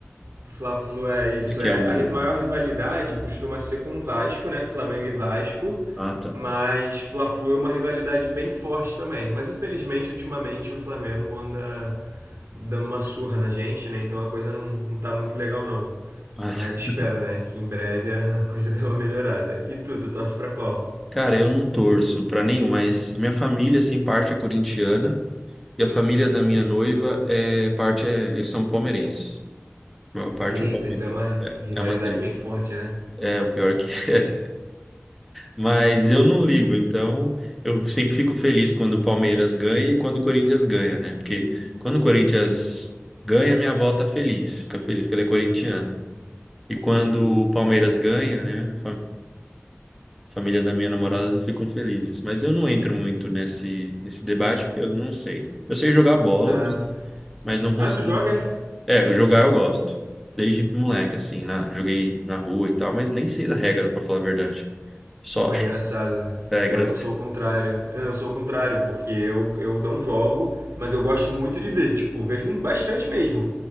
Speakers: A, on the right; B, in the centre.
A: Fla-Flu é isso.
B: É que
A: É
B: é o.
A: a ri- maior rivalidade costuma ser com o Vasco, né? Flamengo e Vasco.
B: Ah, tá.
A: Mas Fla-Flu é uma rivalidade bem forte também. Mas infelizmente, ultimamente, o Flamengo anda dando uma surra na gente, né? Então a coisa não, não tá muito legal, não.
B: <laughs>
A: Mas espero, né? Que em breve a <laughs> coisa dê uma melhorada. E tu, tu torce pra qual?
B: Cara, eu não torço pra nenhum, mas minha família, assim, parte é corintiana e a família da minha noiva é parte é, eles são palmeirenses. A maior parte
A: Eita,
B: é palmeirense.
A: então é uma
B: É,
A: rivalidade
B: é uma treta.
A: bem forte, né?
B: É, o pior é que. <laughs> Mas eu não ligo, então eu sempre fico feliz quando o Palmeiras ganha e quando o Corinthians ganha, né? Porque quando o Corinthians ganha, minha avó tá feliz, fica feliz que ela é corintiana. E quando o Palmeiras ganha, né? família da minha namorada ficam felizes. Mas eu não entro muito nesse, nesse debate porque eu não sei. Eu sei jogar bola,
A: Ah,
B: mas, mas não consigo.
A: ah tu joga? é?
B: É, jogar eu gosto. Desde moleque, assim, na, joguei na rua e tal, mas nem sei da regra, pra falar a verdade. Só
A: Pô, é engraçado.
B: regras.
A: Pior que eu sou o contrário. Eu eu sou o contrário, porque eu, eu não jogo, mas eu gosto muito de ver. Tipo, vejo bastante mesmo.